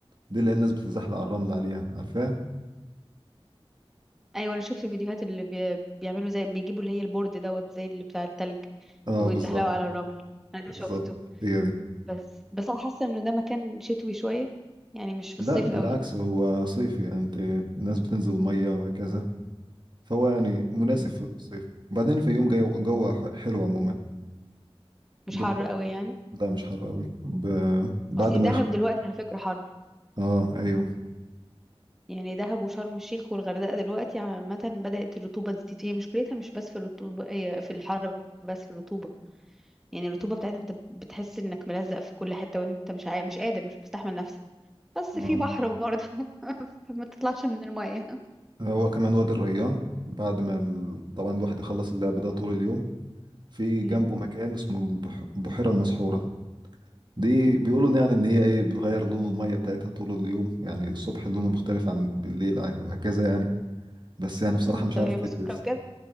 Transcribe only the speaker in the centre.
ايوه انا شفت فيديوهات اللي بي... بيعملوا زي بيجيبوا اللي هي البورد دوت زي اللي بتاع التلج
وبيتزحلقوا
على الرمل انا ده
شفته
بس بس انا حاسه انه ده مكان شتوي شويه يعني مش في
الصيف
قوي
مم.
مش حر قوي يعني
اصل
دهب
دلوقتي على فكره حر
يعني دهب وشرم الشيخ والغردقه دلوقتي عامه بدات الرطوبه تزيد هي مشكلتها مش بس في الرطوبه هي في الحر بس في الرطوبه يعني الرطوبه بتاعتها انت بتحس انك ملزق في كل حته وانت مش عاي... مش قادر مش مستحمل بس في
بحر برضه <laughs> فما تطلعش من المية
مم.
طب
هي مسافرة
بجد